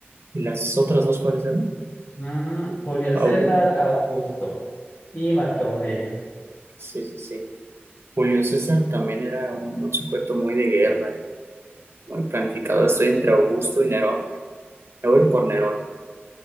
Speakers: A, on the right; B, on the left.
A: ¿Y las otras dos cuáles eran?
B: Mm, Julio César,
A: Augu-
B: Augusto y Marco Aurelio.
A: Sí, sí, sí. Julio César también era un, un sujeto muy de guerra Muy planificado, estoy entre Augusto y Nerón. Me voy por Nerón.